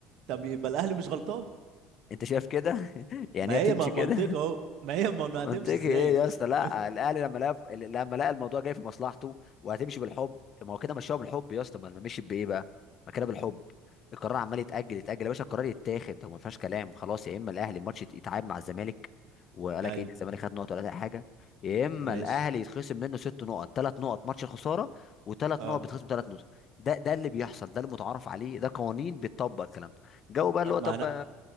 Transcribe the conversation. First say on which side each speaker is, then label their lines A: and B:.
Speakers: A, on the right (about 65°); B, on the left (about 45°).
A: طب يبقى الاهلي مش غلطان
B: انت شايف كده <laughs> يعني
A: ما
B: هي تمشي
A: هي م-
B: كده
A: منطقة اهو ما هي ما ما
B: منطقي
A: هتمشي ازاي
B: ايه يا اسطى لا
A: <laughs>
B: الاهلي لما لقى لما لقى الموضوع جاي في مصلحته وهتمشي بالحب ما هو كده مشاها بالحب يا اسطى ما ما مشيت بايه بقى ما كده بالحب القرار عمال يتاجل يتاجل يا باشا القرار يتاخد هو ما فيهاش كلام خلاص يا اما الاهلي الماتش يت- يتعاد مع الزمالك وقال
A: ايوه
B: لك ان الزمالك خد نقط ولا اي حاجه يا اما
A: ماشي
B: الاهلي يتخصم منه ست نقط ثلاث نقط ماتش خساره وثلاث
A: اه
B: نقط بتخصم ثلاث نقط ده ده اللي بيحصل ده المتعارف عليه ده قوانين بتطبق الكلام ده جو بقى اللي
A: طب
B: هو طب
A: ما انا